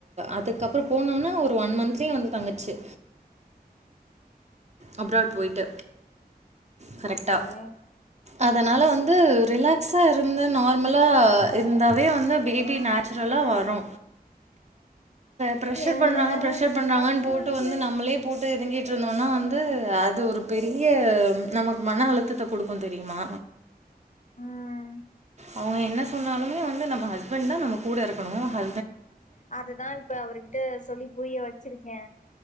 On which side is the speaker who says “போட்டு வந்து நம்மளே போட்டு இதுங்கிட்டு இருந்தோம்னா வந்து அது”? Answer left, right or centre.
Right